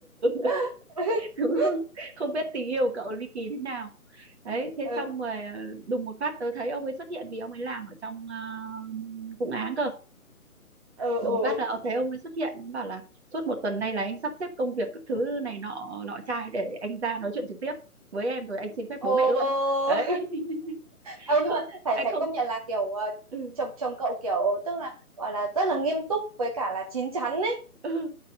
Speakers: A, on the right; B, on the right.
A: <laughs>
B: <laughs> đúng không không biết tình yêu của cậu ly kỳ thế nào đấy thế
A: ừ
B: xong rồi ờ, đùng một phát tớ thấy ông ấy xuất hiện vì ông ấy làm ở trong ờ, vụ án cơ
A: ừ ừ
B: đùng phát
A: ừ
B: là ờ, thấy ông ấy xuất hiện bảo là suốt một tuần nay là anh sắp xếp công việc các thứ này nọ nọ trai để anh ra nói chuyện trực tiếp với em rồi anh xin phép
A: Ồ.
B: bố mẹ luôn đấy <laughs>
A: ừ,
B: Không-
A: nhưng mà phải
B: anh
A: phải
B: không
A: công nhận là kiểu ờ,
B: ừ,
A: chồng chồng cậu kiểu tức là gọi là rất là nghiêm túc với cả là chín chắn ấy
B: ừ.